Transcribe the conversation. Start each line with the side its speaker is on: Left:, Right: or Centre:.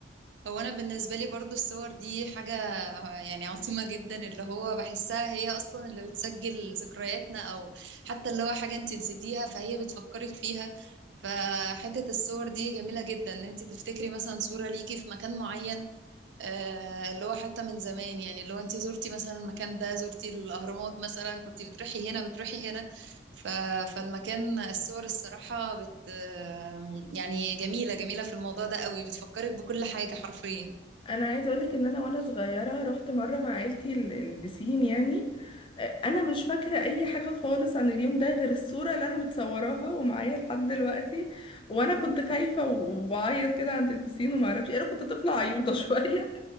Right: هو انا بالنسبه لي برضو الصور دي حاجه يعني عظيمه جدا اللي هو بحسها هي اصلا اللي بتسجل ذكرياتنا او حتى اللي هو حاجه انت نسيتيها فهي بتفكرك فيها فحته الصور دي جميله جدا ان انت تفتكري مثلا صوره ليكي في مكان معين آه، اللي هو حتى من زمان يعني اللي هو انت زرتي مثلا المكان ده زرتي الأهرامات مثلا كنت بتروحي هنا بتروحي هنا ف... فالمكان الصور الصراحة بت آه، يعني جميلة جميلة في الموضوع ده قوي بتفكرك بكل حاجة حرفيا
Left: انا عايزه اقولك ان انا وانا صغيره رحت مره مع عيلتي ال- البسين يعني آه، انا مش فاكره اي حاجه خالص عن اليوم ده غير الصوره اللي انا متصوراها ومعايا لحد دلوقتي وانا كنت خايفه وبعيط كده عند البسين وما اعرفش إيه. انا كنت طفله عيوطه <laughs> شويه